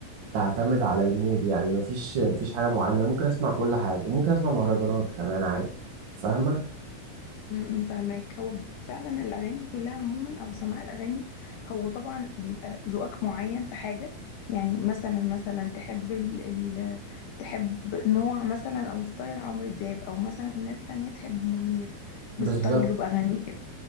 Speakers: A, on the right (about 65°); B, on the left (about 80°).
A: تعتمد على المود يعني مفيش مفيش حاجة معينة ممكن أسمع كل حاجة ممكن أسمع مهرجانات كمان عادي فاهمة
B: امم فاهمك هو ب- فعلا الاغاني كلها عموما او سماع الاغاني هو طبعا بيبقى ذوقك معين في حاجه يعني مثلا مثلا تحب ال ال تحب نوع مثلا او ستايل عمرو دياب او مثلا ناس تانية تحب منير
A: بالظبط
B: بستايله باغانيه